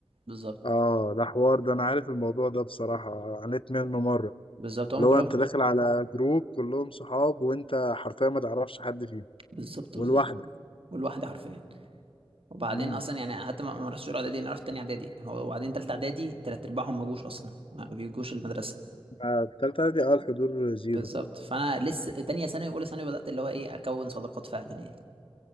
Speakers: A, on the right; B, on the left.
A: بالظبط
B: اه ده حوار ده انا عارف الموضوع ده بصراحه عانيت منه مره
A: بالظبط هم
B: اللي
A: كلهم
B: هو انت داخل على جروب كلهم صحاب وانت حرفيا ما تعرفش حد فيهم
A: بالظبط
B: ولوحدك
A: بالظبط والواحد حرفيا وبعدين
B: امم
A: اصلا يعني حتى ما ما رحتش اولى اعدادي انا رحت تاني اعدادي هو- وبعدين تالتة اعدادي تلات ارباعهم ما جوش اصلا ما بيجوش المدرسه
B: آه، في تالتة اعدادي اه الحضور زيرو
A: بالظبط فانا لسه تانية ثانوي واولى ثانوي بدات اللي هو ايه اكون صداقات فعلا يعني